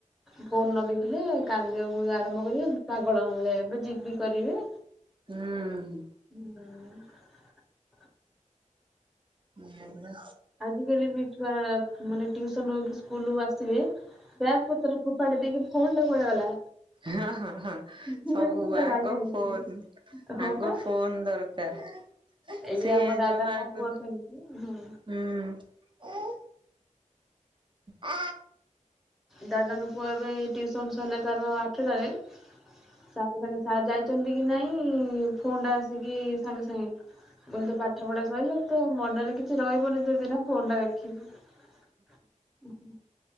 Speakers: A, in the centre; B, on the right.
A: ଫୋନ ନ ଦେଖିଲେ କାନ୍ଦିବାକୁ ଆରମ୍ଭ କରିବେ ପାଗଳ ଭଳିଆ ଯିଦି କରିବେ
B: ହୁଁ
A: ନାଁ
B: ଆ
A: ଆଜି କାଲି ବି ଛୁଆ ମାନେ ଟିୟୁସୁନ୍ ହଉ କି ସ୍କୁଲ ଆସ ଥିବେ ବ୍ୟାଗ ପତରେ ଫୋପାଡି ଦେଇକି ଫୋନ୍ ଟା କୁଆଡେ ଗଲା
B: ହ ହ ହ
A: ମୁଁ
B: ସବୁ
A: ଆସି
B: ଉଆଗ
A: ପୁରା ବାଇଆ ହେଇଯିବି
B: ଫୋନ୍
A: ହଁ
B: ଆଗ
A: ପା
B: ଫୋନ ଦର କାର।
A: ଏଇ
B: ସେ
A: ଆମ ଦାଦାଙ୍କ
B: ଯୋଉ ଆଗରୁ
A: ପୁଅ ସେମିତି ହୁଁ।
B: ହୁଁ ଆ
A: ଦାଦାଙ୍କ ପୁଅ ଏବେ ଟିୟୁସୁନ୍ ସରିଲା ତାର ଆଠଟାରେ ସାଙ୍ଗେ ସାଙ୍ଗେ ସାର ଯା ଛନ୍ତି କି ନାଇଁ ଫୋନ ଟା ଆସିକି ସାଙ୍ଗେ ସାଙ୍ଗେ ମୁଁ କଇନି ତୋ ପାଠ ପଢା ସଇଲେ ତ ମନରେ କିଛି ରହିବନି ତୋ ଦିନ ଫୋନ ଟା ଦେଖ। <inaudible>